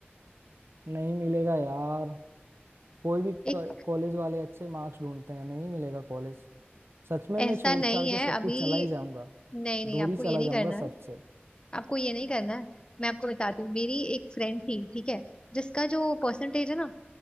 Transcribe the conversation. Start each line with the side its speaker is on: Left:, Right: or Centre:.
Right: नहीं मिलेगा यार कोई भी
Left: एक
Right: कॉलेज वाले अच्छे मार्क्स ढूंढते हैं नहीं मिलेगा कॉलेज सच में
Left: ऐसा
Right: मैं छोड़
Left: नहीं
Right: छाड़
Left: है
Right: के सब
Left: अभी
Right: कुछ चला ही जाऊंगा
Left: नहीं नहीं
Right: दूर
Left: आपको
Right: ही चला
Left: ये नहीं
Right: जाऊंगा
Left: करना
Right: सबसे
Left: है आपको ये नहीं करना है मैं आपको बताती हूँ मेरी एक फ्रेंड थी ठीक है जिसका जो परसेंटेज है ना